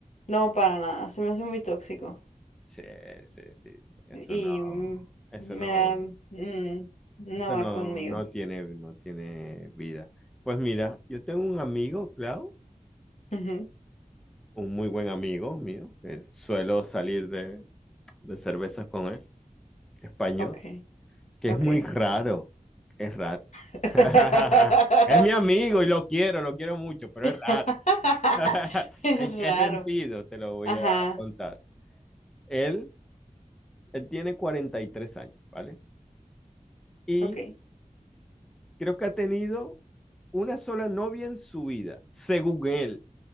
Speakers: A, on the left; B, in the centre.
A: no, para nada, se me hace muy tóxico
B: Sí, sí, sí, sí. Eso
A: y
B: no,
A: mm,
B: eso
A: me
B: no.
A: da, mm, no
B: Eso
A: va
B: no,
A: conmigo.
B: no tiene, no tiene vida. Pues mira, yo tengo un amigo, Clau,
A: Ujú,
B: un muy buen amigo mío, que suelo salir de, de cervezas con él, español,
A: Ok,
B: que
A: ok.
B: es muy raro, es raro.
A: <laughs>
B: <laughs> Es mi amigo y lo quiero, lo quiero mucho, pero
A: <laughs>
B: es raro. <laughs>
A: Es
B: ¿En qué
A: raro.
B: sentido? Te lo voy
A: Ajá,
B: a contar. Él, él tiene 43 años, ¿vale? Y
A: ok.
B: creo que ha tenido una sola novia en su vida, según él.